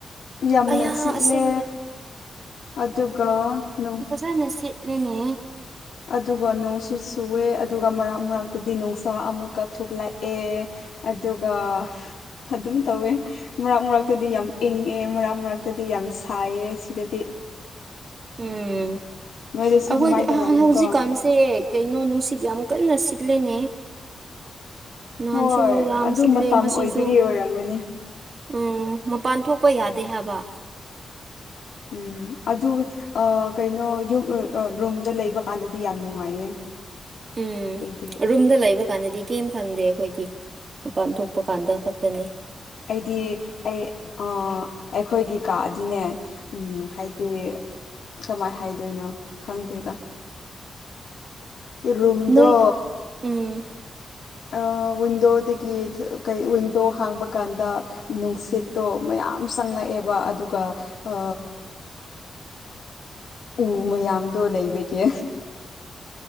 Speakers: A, on the left; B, on the right.
A: ꯌꯥꯝꯅ
B: ꯑꯌꯥ
A: ꯁꯤꯠꯂꯦ
B: ꯑꯁꯦꯡꯕ
A: ꯑꯗꯨꯒ ꯅꯨꯡ
B: ꯖꯅ ꯁꯤꯠꯂꯦꯅꯦ
A: ꯑꯗꯨꯒ ꯅꯣꯡꯁꯨ ꯆꯨꯌꯦ ꯑꯗꯨꯒ ꯃꯔꯛ ꯃꯔꯛꯇꯗꯤ ꯅꯨꯡꯁꯥ ꯑꯃꯨꯛꯀ ꯊꯣꯛꯂꯛꯑꯦ ꯑꯗꯨꯒ ꯑꯗꯨꯝ ꯇꯧꯋꯦ ꯃꯔꯛ ꯃꯔꯛꯇꯗꯤ ꯌꯥꯝ ꯏꯪꯉꯦ ꯃꯔꯛ ꯃꯔꯛꯇꯗꯤ ꯌꯥꯝ ꯁꯥꯏꯑꯦ ꯁꯤꯗꯗꯤ
B: ꯎꯝ
A: ꯅꯣꯏꯗꯁꯨ
B: ꯑꯩꯈꯣꯏꯗꯤ
A: ꯑꯗꯨꯃꯥꯏꯅ ꯇꯧꯔꯝꯅꯤꯀꯣ
B: ꯑꯥ ꯍꯧꯖꯤꯛꯀꯥꯟ ꯁꯦ ꯀꯩꯅꯣ ꯅꯨꯡꯁꯤꯠ ꯌꯥꯝ ꯀꯟꯅ ꯁꯤꯠꯂꯦꯅꯦ ꯅꯍꯥꯟꯁꯨ
A: ꯍꯣꯏ
B: ꯌꯥꯝ
A: ꯑꯗꯨ
B: ꯁꯤꯜꯂꯦ
A: ꯃꯇꯝ
B: ꯉꯁꯤꯁꯨ
A: ꯑꯣꯏꯕꯒꯤ ꯑꯣꯏꯔꯝꯒꯅꯤ
B: ꯎꯝ ꯃꯄꯥꯟ ꯊꯣꯛꯄ ꯌꯥꯗꯦ ꯍꯥꯏꯕ
A: ꯎꯝ ꯑꯗꯨ ꯑꯥ ꯀꯩꯅꯣ ꯌꯨꯝ ꯔꯨꯝꯗ ꯂꯩꯕꯀꯥꯟꯗꯗꯤ ꯌꯥꯝ ꯅꯨꯡꯉꯥꯏꯌꯦ
B: ꯎꯝ
A: ꯑꯩꯗꯤ
B: ꯔꯨꯝꯗ ꯂꯩꯕ ꯀꯥꯟꯗꯗꯤ ꯀꯤꯝ ꯈꯪꯗꯦ ꯑꯩꯈꯣꯏꯗꯤ ꯃꯄꯥꯟ ꯊꯣꯛꯄ ꯀꯥꯟꯗ ꯈꯛ ꯇꯅꯦ
A: ꯑꯩꯗꯤ ꯑꯩ ꯑꯥ ꯑꯩꯈꯣꯏꯒꯤ ꯀꯥꯗꯤꯅꯦ ꯎꯝ ꯍꯥꯏ ꯗꯤ ꯀꯃꯥꯏ ꯍꯥꯏꯗꯣꯏꯅꯣ ꯈꯪꯗꯣꯏꯗ ꯔꯨꯝꯗꯣ
B: ꯅꯣꯏ ꯎꯝ
A: ꯑ ꯋꯤꯟꯗꯣꯗꯒꯤ ꯀꯩ ꯋꯤꯟꯗꯣ ꯍꯥꯡꯕ ꯀꯥꯟꯗ ꯅꯨꯡꯁꯤꯠ ꯁꯤꯠꯇꯣ ꯃꯌꯥꯝ ꯆꯪꯂꯛꯑꯦꯕ ꯑꯗꯨꯒ ꯑ ꯎ ꯃꯌꯥꯝꯗꯣ ꯂꯩꯕꯒꯤ